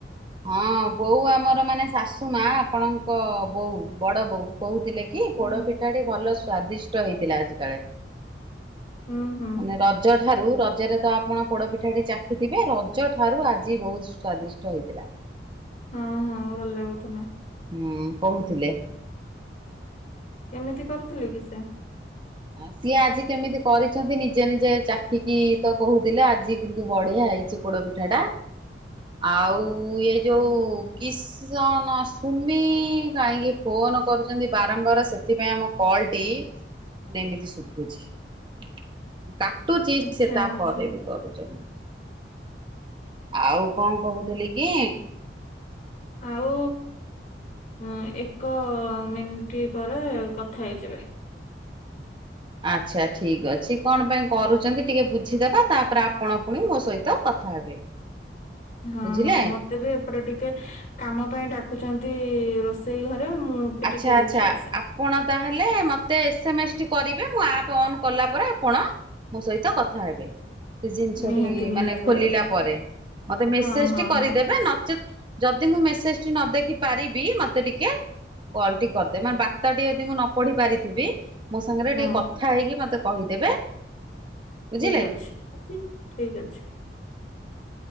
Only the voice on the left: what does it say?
ହୁଁ
ହୁଁ ହୁଁ
ହଁ ହଁ ଭଲ ହଉତ ନ
କେମିତି କରଥିଲେ କି ସେ
ଆଚ୍ଛା
ଆଚ୍ଛା
ଆଉ। ହୁଁ ଏକ ମିନିଟ ପରେ କଥା ହେଇଯିବେ
ହଁ
ହଁ ମତେ ବି ଏପଟେ ଟିକେ କାମ ପାଇଁ ଡାକୁଛନ୍ତି ରୋଷେଇ ଘରେ ମୁଁ ବି
ଟିକେ ଦେଖି
ଆସେ
ନିହାତି ନିହାତି
ଭାବରେ
ହଁ ହଁ
ହଁ
ହଁ
ଠିକ ଅଛି ଠିକ ଅଛି।